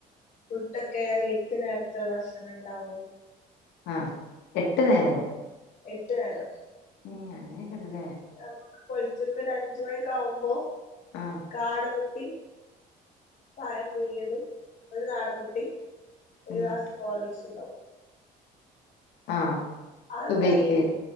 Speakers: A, on the left; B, on the left.
A: ഫുഡോക്കെ അയില് എട്ടു നേരത്തെ ഭക്ഷണം ഇണ്ടാവും
B: ആഹ് എട്ടു നേരോ
A: എട്ടു നേരം
B: ഏഹ് അങ്ങനൊക്കെണ്ട് ലെ
A: നമ്മുക്ക് പൊൽച്ചക്ക് ഒര് അഞ്ച് മണിയൊക്കെ ആവുമ്പോ
B: ആഹ്
A: കാടമുട്ടിം പയം പുഴുങ്ങിയതും ഒരു നാടം മുട്ടിം ഒരു
B: ഉം
A: ഗ്ലാസ് ഹോർലിക്സ് ഇണ്ടാവും
B: ആഹ്
A: അത്
B: സുബയ്ക്ക്
A: കയി